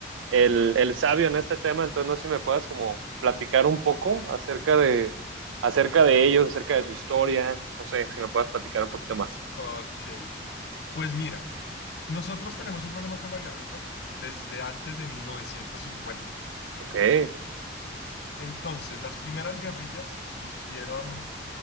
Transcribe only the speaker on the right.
el, el sabio en este tema, entonces no sé si me puedas como platicar un poco acerca de, acerca de ellos, acerca de su historia. No sé si me puedas platicar un poquito más.
Ok, ahí